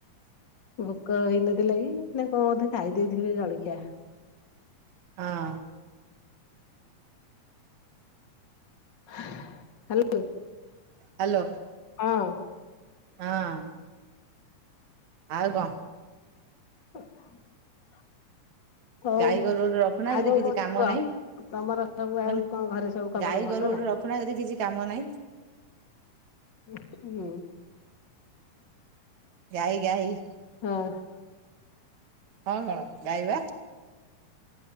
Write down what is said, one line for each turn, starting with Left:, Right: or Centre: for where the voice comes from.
Left: ଭୋକ ହେଇନଥିଲା କି ନା କଣ ବୋଧେ ଖାଇ ଦେଇଥିଲେ ଜଳଖିଆ।
Right: ହଁ।
Left: ହ୍ୟାଲୋ।
Right: ହ୍ୟାଲୋ।
Left: ହଁ।
Right: ହଁ। ଆଉ କଣ?
Left: ହ <inaudible> ହଉ
Right: ଗାଈ
Left: ଆଉ
Right: ଗୋରୁ ଗୋଟେ ରଖୁନା ଯଦି
Left: କଣ
Right: କିଛି
Left: କହୁଚ
Right: କାମ
Left: କୁହ?
Right: ନାହିଁ
Left: ତମର ସବୁ ଆଉ
Right: ମାନେ
Left: କଣ ଘରେ ସବୁ ଖବର
Right: ଗାଈ
Left: ଭଲ
Right: ଗୋରୁ ଗୋଟେ
Left: ନା?
Right: ରଖୁନା ଯଦି କିଛି କାମ ନାହିଁ
Left: ହୁଁ।
Right: ଗାାଇ, ଗାଇ
Left: ହଁ।
Right: କଣ, କଣ ଗାଇବା